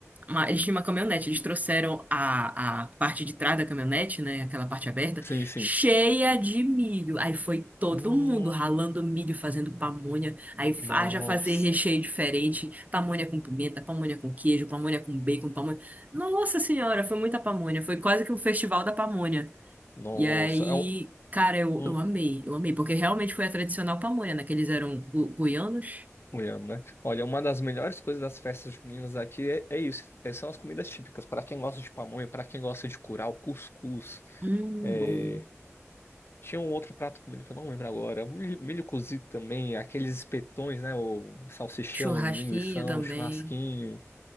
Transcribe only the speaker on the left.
sim, sim.
Hum,
nossa,
nossa.
É um-
hum,
O Ian, né? Olha, uma das melhores coisas das festas juninas aqui é, é isso. é- São as comidas típicas. Pra quem gosta de pamonha, pra quem gosta de curau, cuscuz.
é,
Tinha um outro prato comido que eu não lembro agora. um Milho, milho cozido também, aqueles espetões, né? O salsichão,
o linguição,
churrasquinho.